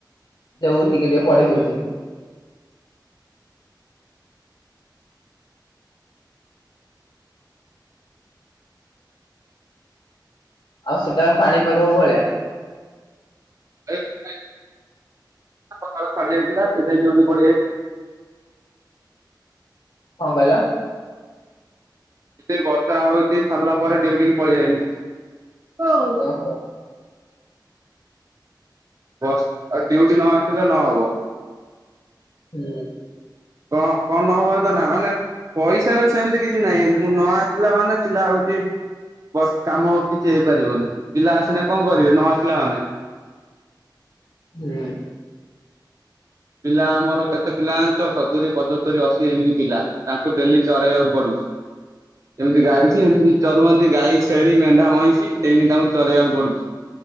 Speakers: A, on the left; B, on the right.
A: ନଉଛିି ଟିକେ ପଢେଇ ହଉଛି। ଆଉ ସେଟା ପାଣିପାଗକୁ ଭଳିଆ
B: <unintelligible> ସକାଳୁ ଛାଡି ଯାଇଥିଲା ସେଥିପାଇଁ ଯୋଉଠି <unintelligible>
A: କଣ କହିଲ?
B: ଏ ବର୍ଷା ହଉଛି ସାରିଲା ପରେ ଡିଉଟିକି ପଳେଇ ଆଇନି। ହଉ
A: ଓହୋ
B: ବ ଡିଉଟି ନ ଆସିଲେ ନହବ।
A: ହୁଁ ଉଁ
B: କ କଣ ନହବ ତ ନା ମାନେ ପଇସା ର ସେମିତି କିଛି ନାହିଁ, ମୁଁ ନ ଆସିଲା ମାନେ ଚିଲା ହଉଛି। ବାସ୍ କାମ କିଛି ହେଇପାରିବନି, ପିଲା ଆସିଲେ କଣ କରିବେ? ନ ଆସିଲା ମାନେ <inaudible>
A: ହୁଁ
B: ପିଲା ଆମର କେତେ ପିଲା ଆଣିଛ, ସତୁରି, ପଞ୍ଚସ୍ତରି, ଅଶୀ ଏମିତି ପିଲା, ତାଙ୍କୁ ଡେଲି ଚରେଇବାକୁ ପଡୁଛି ହଁ ଏମିତି ଗାଈଛି ଏମିତି ଚରୁହନ୍ତି ଗାଈ ଛେଳି ମେଣ୍ଢା ମଇଁଷି ସେମିତି ତାଙ୍କୁ ଚରେଇବାକୁ ପଡୁଛି। <inaudible>